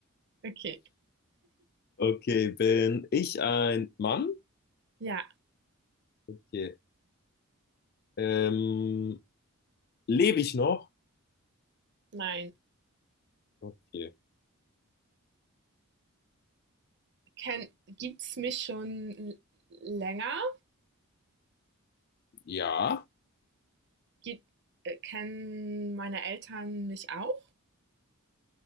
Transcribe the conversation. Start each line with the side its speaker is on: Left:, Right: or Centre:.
Right: Okay.
Left: Okay, bin ich ein Mann?
Right: Ja,
Left: Okay. Ähm, lebe ich noch?
Right: nein.
Left: Okay.
Right: Kenn, gibt's mich schon l- länger?
Left: Ja.
Right: Gibt, äh, kennen meine Eltern mich auch?